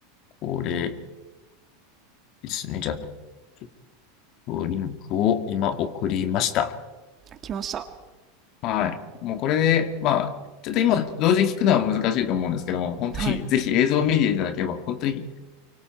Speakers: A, on the left (about 50°); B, on the right (about 35°).
A: これ、ですね。じゃあ、ちょっとリンクを今送りました。
B: 来ました。
A: はい。もうこれで、まあ、ちょっと今、同時に聞くのは難しいと思うんですけども、本当に
B: はい。
A: <laughs> ぜひ映像を見ていただければ、本当に、